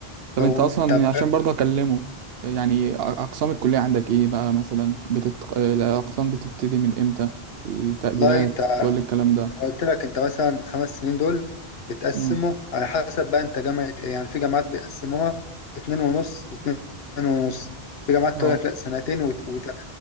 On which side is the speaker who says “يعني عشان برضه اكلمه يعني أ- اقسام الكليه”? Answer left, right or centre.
Right